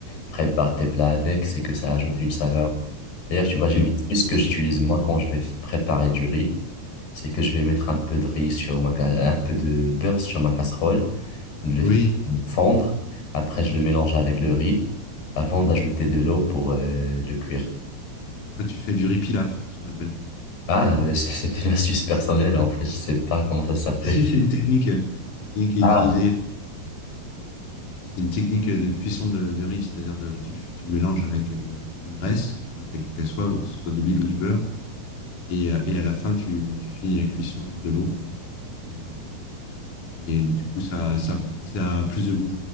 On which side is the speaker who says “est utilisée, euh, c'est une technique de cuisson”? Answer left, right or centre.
Left